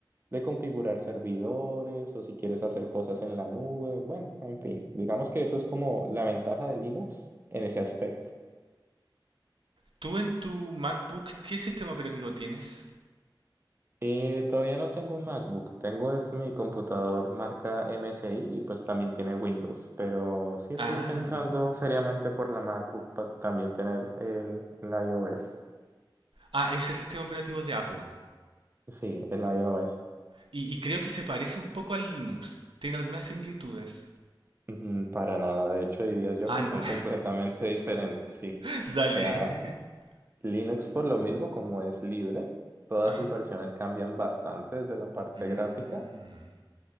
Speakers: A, on the right (about 30°); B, on the right (about 80°).
A: de configurar servidores o si quieres hacer cosas en la nube, bueno, en fin, digamos que eso es como la ventaja de Linux en ese aspecto.
B: ¿Tú en tu MacBook qué sistema operativo tienes?
A: Y todavía no tengo un MacBook, tengo es mi computador marca MSI y pues también tiene Windows, pero sí estoy
B: Ah.
A: pensando seriamente por la MacBook para también tener el, el iOS.
B: Ah, es el sistema operativo de Apple.
A: Sí, el iOS.
B: Y, y creo que se parece un poco al Linux. Tiene algunas similitudes.
A: Ujú, Para nada, de hecho diría yo
B: Ah,
A: que
B: ¿no?
A: son completamente diferentes, sí.
B: <laughs> Dale.
A: O sea,
B: <laughs>
A: Linux por lo mismo como es libre, todas
B: Ajá.
A: sus versiones cambian bastante desde la parte
B: Mm.
A: gráfica